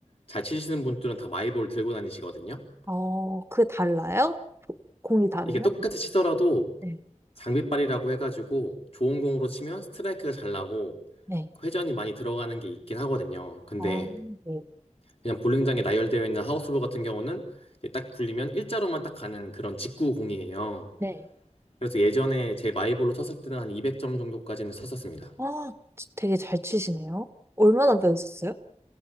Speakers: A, on the left (about 50°); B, on the right (about 20°).
A: 잘 치시는 분들은 다 마이볼 들고 다니시거든요.
B: 어, 그게 달라요? 고- 공이 다르면?
A: 이게 똑같이 치더라도
B: 네.
A: 장비빨이라고 해가지고 좋은 공으로 치면 스트라이크가 잘 나고
B: 네.
A: 회전이 많이 들어가는 게 있긴 하거든요. 근데
B: 아, 네.
A: 그냥 볼링장에 나열되어 있는 하우스홀 같은 경우는 이제 딱 굴리면 일자로만 딱 가는 그런 직구 공이에요.
B: 네.
A: 그래서 예전에 제 마이볼로 쳤을 때는 한 200점 정도까지는 쳤었습니다.
B: 아, 지- 되게 잘 치시네요. 얼마나 배우셨어요?